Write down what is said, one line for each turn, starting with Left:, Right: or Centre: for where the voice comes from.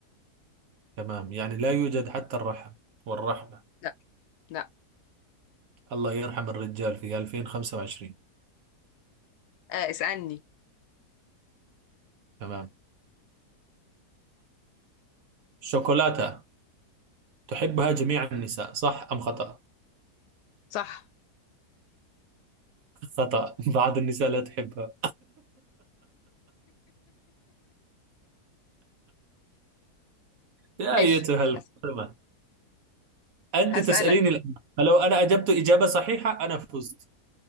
Right: تمام يعني لا يوجد حتى الرحم والرحمة
Left: لا لا
Right: الله يرحم الرجال في 2025
Left: آه اسألني
Right: تمام شوكولاتة تحبها جميع النساء صح أم خطأ؟
Left: صح
Right: خطأ <laughs> بعض النساء لا تحبها يا
Left: ماشي
Right: أيتها الفاطمة
Left: هس-
Right: أنت
Left: هسألك
Right: تسأليني الآن فلو أنا أجبت إجابة صحيحة أنا فزت